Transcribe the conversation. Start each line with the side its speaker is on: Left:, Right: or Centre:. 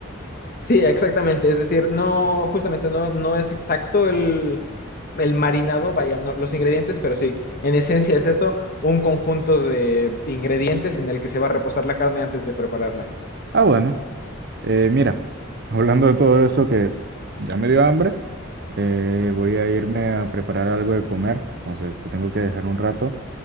Left: Sí, exactamente. Es decir, no, justamente no, no es exacto el, el marinado, vaya, no, los ingredientes, pero sí, en esencia es eso, un conjunto de ingredientes en el que se va a reposar la carne antes de prepararla.
Right: Ah, bueno, eh, mira, <laughs> hablando de todo eso que ya me dio hambre, eh, voy a irme a preparar algo de comer, entonces te tengo que dejar un rato,